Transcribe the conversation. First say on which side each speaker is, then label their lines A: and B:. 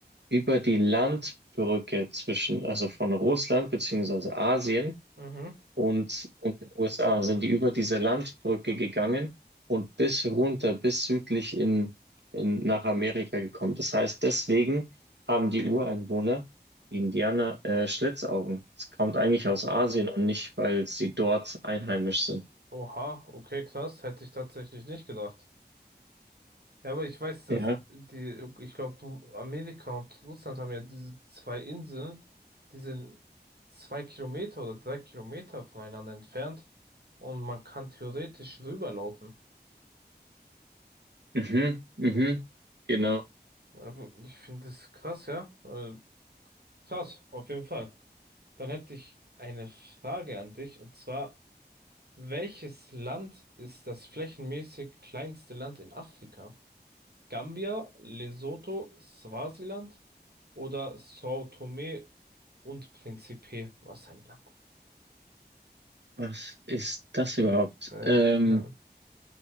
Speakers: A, on the right (about 85°); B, on the right (about 65°).
A: über die Landbrücke zwischen, also von Russland beziehungsweise Asien
B: Mhm.
A: und, und den USA, sind die über diese Landbrücke gegangen und bis runter, bis südlich in, in, nach Amerika gekommen. Das heißt, deswegen haben die Ureinwohner, die Indianer, äh, Schlitzaugen. Es kommt eigentlich aus Asien und nicht, weil sie dort einheimisch sind.
B: Oha, okay, krass, hätte ich tatsächlich nicht gedacht. Ja, aber ich weiß, dass
A: Ja.
B: die, ich glaube, Amerika und Russland haben ja diese zwei Inseln, die sind zwei Kilometer oder drei Kilometer voneinander entfernt und man kann theoretisch rüberlaufen.
A: Mhm, mhm,
B: Äh,
A: genau.
B: Aber ich finde das krass, ja. Äh, Krass, auf jeden Fall. Dann hätte ich eine Frage an dich und zwar, Welches Land ist das flächenmäßig kleinste Land in Afrika? Gambia, Lesotho, Swasiland oder São Tomé und Príncipe? Was ein Land.
A: Was ist das überhaupt?
B: Äh,
A: Ähm,
B: keine Ahnung.